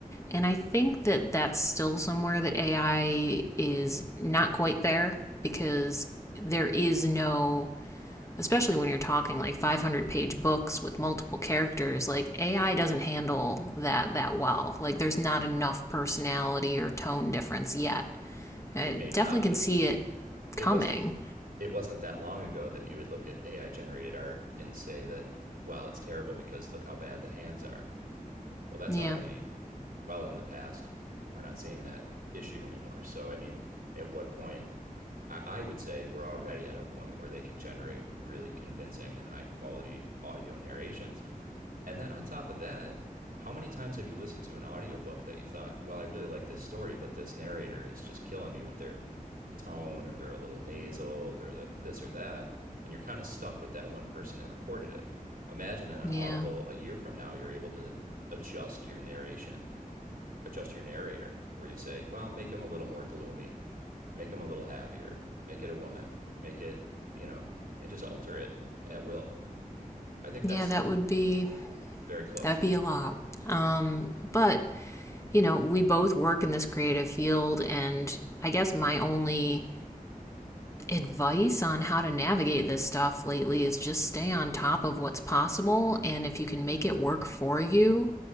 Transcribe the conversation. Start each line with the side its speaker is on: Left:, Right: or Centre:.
Left: And I think that that's still somewhere that AI is not quite there because there is no especially when you're talking like 500 page books with multiple characters like ai doesn't handle that that well like there's not enough personality or tone difference yet
Right: It
Left: i
Right: may not,
Left: definitely can
Right: but
Left: see it coming
Right: it wasn't it wasn't that long ago that you would look at AI generated art and say that, well, it's terrible because look how bad the hands are. well, that's
Left: yeah
Right: already well in the past. We're not seeing that issue anymore. So, I mean, at what point? I, I would say we're already at a point where they can generate really convincing and high quality audio narrations. And then on top of that, how many times have you listened to an audiobook that you thought, well, I really like this story, but this narrator is just killing me with their tone or they're a little nasal, they're this or that, and you're kind of stuck with that one person that recorded it. Imagine in an
Left: yeah
Right: audible a year from now, you're able to adjust your narration, adjust your narrator, where you say, well, make him a little more gloomy, make him a little happier, make it a woman, make it, you know, and just alter it at will. I think
Left: yeah
Right: that's
Left: that would be
Right: very close.
Left: that'd be a lot um but you know we both work in this creative field and i guess my only advice on how to navigate this stuff lately is just stay on top of what's possible and if you can make it work for you